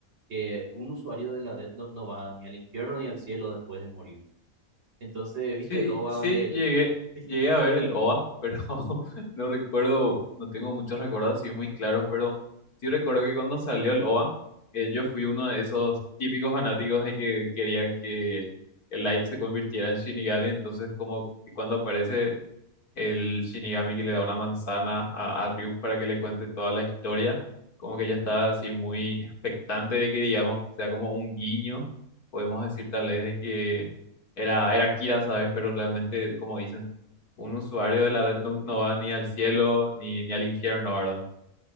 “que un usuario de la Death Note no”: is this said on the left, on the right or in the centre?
Right